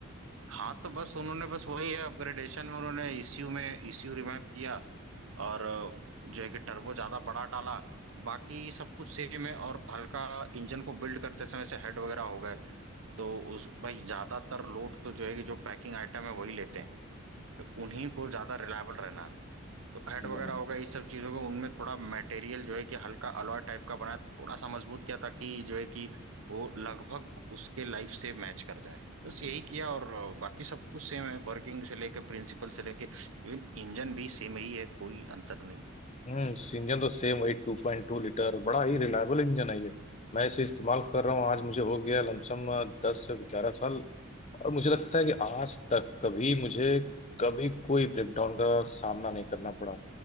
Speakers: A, on the right (about 70°); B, on the left (about 35°).
A: हाँ तो बस उन्होंने बस वही है अपग्रेडेशन में उन्होंने ईसीयू में ईसीयू रिमैप किया और अ, जो है कि टर्बो ज्यादा बड़ा डाला बाकी सब कुछ सेम है और हल्का इंजन को बिल्ड करते समय से हेड वगैरह हो गए तो उस भाई ज्यादातर लोड तो जो है कि जो पैकिंग आइटम है वही लेते हैं उन्हीं को ज्यादा रिलायबल रहना है तो हेड
B: हम्म
A: वगैरह होगा ये सब चीजों को उनमें थोड़ा मटेरियल जो है कि हल्का अलॉय टाइप का बनाया थोड़ा सा मजबूत किया ताकि जो है कि वो लगभग उसके लाइफ से मैच कर जाए बस यही किया और बाकी सब कुछ सेम है वर्किंग से लेके प्रिंसिपल से लेके इवन इंजन भी सेम ही है कोई अंतर नहीं है
B: हम्म इस इंजन तो सेम वही टू पॉइंट टू लीटर बड़ा ही रिलायबल इंजन है ये मैं इसे इस्तेमाल कर रहा हूँ आज मुझे हो गया लमसम दस से ग्यारह साल और मुझे लगता है कि आज तक कभी मुझे कभी कोई ब्रेकडाउन का सामना नहीं करना पड़ा